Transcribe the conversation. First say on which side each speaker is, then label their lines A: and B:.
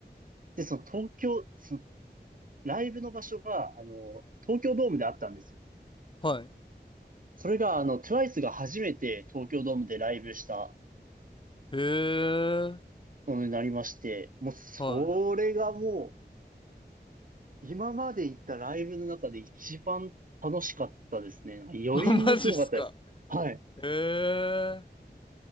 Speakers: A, on the right; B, on the left.
A: で、その、東京、その、ライブの場所が、あのー東京ドームであったんですよ。
B: はい。
A: それが、あの、TWICE が初めて東京ドームでライブした
B: へえ。
A: ものになりまして、もう、それがもう、
B: はい。
A: 今まで行ったライブの中で一番楽しかったですね。なんか余韻もすごかったです。
B: <laughs> マジっすか。
A: はい。
B: へえ。